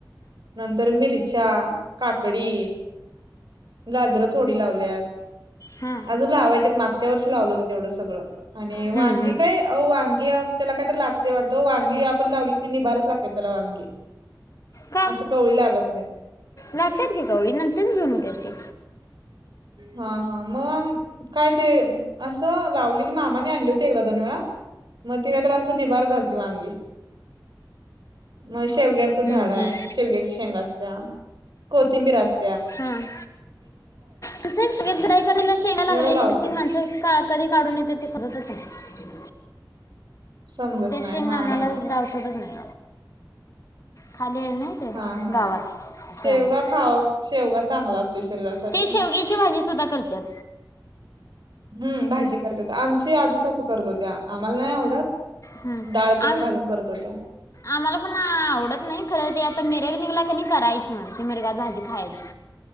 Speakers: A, on the right; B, on the left.
A: नंतर मिरच्या, काकडी गाजरं थोडी लावल्यात.
B: हा
A: अजून लावायच्या. मागच्या वर्षी लावलं होत तेवढं सगळं आणि
B: हम्म
A: वांगी
B: हम्म
A: काय अ वांगी त्याला काय तर लागते वाटत वांगी आपण लावली कि निबाराच लागते त्याला वांगी.
B: का
A: असं कवळी लागत नाहीत
B: लागतात घ कावळी नंतर जण होत ते
A: हा हा मग काय ते असं लावलेली मामाने आणली होती एकदा दोन वेळा मग ति का तर असं निभार झाल त वांगी म शेवग्याचं
B: हम्म
A: झाड
B: हम्म
A: आहे शेवग्याची शेंग असत्या कोथिंबीर असत
B: हम तु शग जराई करायला शेंगा लागलेली
A: एवढं लावतोय
B: क माणसं कधी काढून येते ते सजतच नाही
A: समजत
B: त्याा
A: नाही हा
B: मला
A: हा
B: गावसच नाही खाली आहे ना ते
A: हा हा
B: गावात
A: शेवगा
B: त्यामुळं
A: खा क शेवगा चांगला असू शरीरासाठी
B: ते शेवग्याची भाजी सुद्धा करतात.
A: हम्म भाजी करत आमची आज सासू करत होत्या आम्हाला नाही आवडत
B: ह
A: डाळ
B: आ
A: तेन घालून करत होत्या
B: आम्हाला पण आवडत नाही खर आता मिरग निघला करायची म्ह त मिरगात भाजी खायची